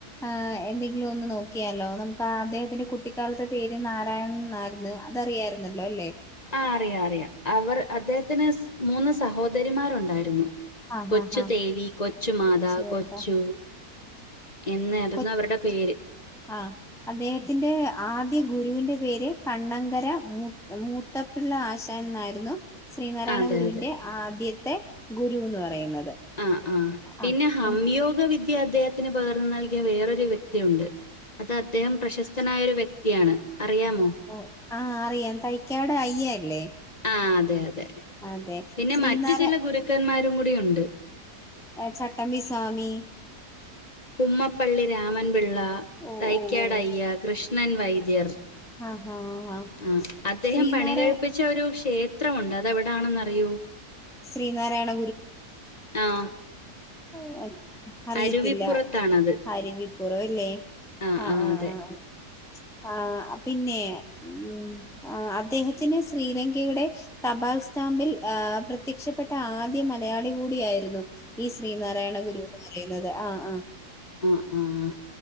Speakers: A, in the centre; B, on the left.
A: ആഹ് എന്തെങ്കിലും ഒന്ന് നോക്കിയാലോ, നമുക്ക് ആ അദ്ദേഹത്തിന്റെ കുട്ടിക്കാലത്തെ പേര് നാരായണൻ എന്നായിര്ന്ന് അതറിയായിരുന്നല്ലോ അല്ലെ?
B: ആഹ് അറിയാം അറിയാം അവർ അദ്ദേഹത്തിന് മൂന്ന് സഹോദരിമാരൊണ്ടായിരുന്നു.
A: ആഹ്
B: കൊച്ചു
A: ആഹ് ആഹ് ആഹ്
B: തെവി കൊച്ചു മാതാ
A: ശരിയെന്നാ
B: കൊച്ചു എന്നായിര്ന്ന്
A: കൊ
B: അവരുടെ പേര്.
A: ആഹ് അദ്ദേഹത്തിന്റെ ആദ്യ ഗുരുവിന്റെ പേര് കണ്ണങ്കര മൂ- ഇത്തപ്പിള്ള ആശാൻ ന്നായ്ര്ന്നു ശ്രീനാരായണ
B: അതെ
A: ഗുരുവിന്റെ
B: അതെ
A: ആദ്യത്തെ ഗുരുന്ന് പറയുന്നത്
B: ആഹ് ആഹ് പിന്നെ
A: ആഹ്
B: ഹംയോഗ വിദ്യ അദ്ദേഹത്തിന് പകർന്ന് നൽകിയ വേറൊരു വ്യക്തിയുണ്ട്. അത് അദ്ദേഹം പ്രശസ്തനായ ഒരു വ്യക്തിയാണ് അറിയാമോ?
A: ഓ ആഹ് അറിയാൻ തൈക്കാട് അയ്യല്ലേ?
B: ആഹ് അതെ അതെ.
A: അതെ
B: പിന്നെ,
A: ശ്രീനാരാ
B: മറ്റു ചില ഗുരുക്കന്മാരും കൂടി ഉണ്ട്.
A: ഏഹ് ചട്ടംമ്പിസ്വാമി
B: കുമ്മപ്പള്ളി രാമൻപിള്ള,
A: ഓഹ്
B: തൈക്കാടയ്യ,
A: ഓഹ് ഓഹ്
B: കൃഷ്ണൻ വൈദ്യർ,
A: ആഹ് ആഹ്
B: ആഹ് അദ്ദേഹം
A: ശ്രീനാരാ
B: പണി കഴിപ്പിച്ച ഒരു ക്ഷേത്രം ക്ഷേത്രംമുണ്ട് അതെവടാണെന്നറിയോ?
A: ശ്രീനാരായണ
B: ആഹ്
A: ഓ അറിയത്തില്ല
B: അരുവിപ്പുറത്താണത്.
A: അരിവിപ്പുറോല്ലെ
B: ആ
A: ആഹ്
B: ആ അതെ.
A: ആഹ് ആഹ് പിന്നെ ഉം അദ്ദേഹത്തിന് ശ്രീലങ്കയുടെ തപാൽ സ്റ്റാമ്പിൽ ആഹ് പ്രത്യക്ഷപ്പെട്ട ആദ്യ മലയാളി കൂടിയായിരുന്നു ഈ ശ്രീനാരായണ ഗുരു എന്ന് പറയുന്നത് ആഹ് ആഹ്
B: ആഹ് ആഹ്